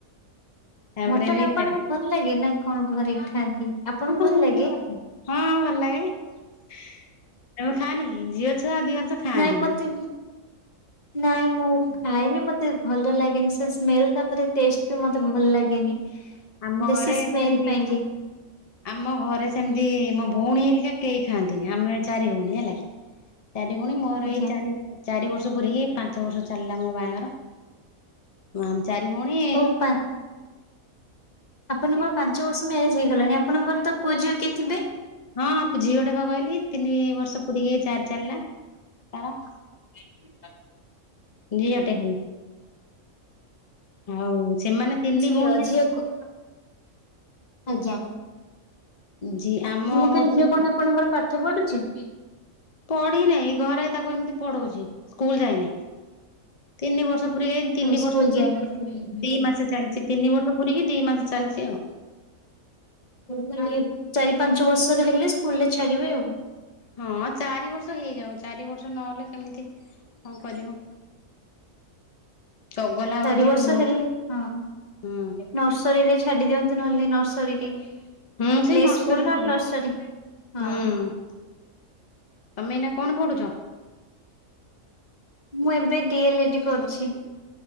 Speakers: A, on the left (about 60°); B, on the left (about 35°).
A: ତାପରେ
B: ମଟନ
A: ବି
B: ଆପଣଙ୍କୁ
A: ହଁ
B: ଭଲ ଲାଗେ ନା କଣ ଘରେ ଖାଆନ୍ତି? ଆପଣଙ୍କୁ
A: ହଁ ଯେ
B: ଭଲ
A: ନିଜେ
B: ଲାଗେ?
A: କଲେ। ହଁ ଭଲ ଲାଗେ ତମେ ଖାଅନି କି ଝିଅ ଛୁଆ ଅଧିକାଂଶ ଖାଆନ୍ତିନି
B: ନାଇଁ ମତେ ନାଇଁ ମୁଁ ଖାଏନି ମତେ ଭଲ ଲାଗେନି ସେ ସ୍ମେଲ ତାପରେ ଟେଷ୍ଟ ବି ମତେ ଭଲ ଲାଗେନି।
A: ଆମ
B: ବେଶି
A: ଘରେ
B: ସ୍ମେଲ
A: ସେମିତି
B: ପାଇଁ କି।
A: ଆମ ଘରେ ସେମିତି ମୋ ଭଉଣୀ ହେରିକା କେହି ଖାଆନ୍ତିନି ଆମେ ଚାରି ଭଉଣୀ ହେଲାକିି ଚାରି ଭଉଣୀ ମୋର
B: ଆଜ୍ଞା।
A: ଏଇ ଚାରି ଚାରି ବର୍ଷ ପୁରୀକି ପାଞ୍ଚ ବର୍ଷ ଚାଲିଲା ମୋ ବାହାଘର ମା ଚାରି ଭଉଣୀ
B: ଓଉ ପା ଆପଣଙ୍କର ପାଞ୍ଚ ବର୍ଷ ମ୍ୟାରେଜ୍ ହେଇଗଲାଣି ଆପଣଙ୍କରତ ପୁଅ ଝିଅ କିଏ ଥିବେ?
A: ହଁ ଝିଅଟେପା କହିଲି ତିନି ବର୍ଷ ପୁରୀକି ଏଇ ଚାରି ଚାଲିଲା ତାର।
B: <inaudible>
A: ଝିଅଟେ ଖାଲି। ଆଉ ସେମାନେ ତିନି
B: ଝିଅ
A: ଭଉଣୀ ଯାକ
B: ଝିଅକୁ ଆଜ୍ଞା
A: ଝି ଆମ
B: ମୁକହିଲି
A: ମୋ ଭଉଣୀ
B: ଝିଅ କଣ ଆପଣଙ୍କର ପାଠ ପଢ଼ୁଚି?
A: ପଢ଼ିନେହିଁ ଘରେ ତାକୁ ଏମିତି ପଢ଼ଉଚି ସ୍କୁଲ୍ ଯାଇନି ତିନି ବର୍ଷ ପୁରିକି ଏଇ ତିନି
B: ସ୍କୁଲ
A: ବର୍ଷ ଦି
B: ଯାଇନଥିଲି
A: ଦିମାସ ଚାଲିଚି ତିନି ବର୍ଷ ପୁରୀକି ଦିମାସ ଚାଲିଚି ଆଉ।
B: ମୁକଇଲି ଚାରି ପାଞ୍ଚ ବର୍ଷର ହେଲେ ସ୍କୁଲରେ ଛାଡ଼ିବେ ଆଉ।
A: ହଁ ଚାରି ବର୍ଷ ହେଇଯାଉ ଚାରି ବର୍ଷ ନହେଲେ କେମିତି କଣ କରିବୁ। ଚଗଲା ହଉଛି
B: ଚାରିବର୍ଷ
A: ବି ବହୁତ
B: ହେଲେ ହଁ।
A: ହୁଁ
B: ନର୍ସରୀରେ ଛାଡି ଦିଅନ୍ତୁ ନହେଲେ ନର୍ସରୀକି। ପ୍ଳେ
A: ହୁଁ ସେଇ ନର୍ସରୀରେ
B: ସ୍କୁଲ୍ ନହେଲେ
A: ପଢୁ
B: ନର୍ସରି ହଁ।
A: ହୁଁ ତମେ ଏଇନା କଣ ପଢୁଚ?
B: ମୁଁ ଏବେ ଡିଏଲ୍ ଏଡି କରିଛି।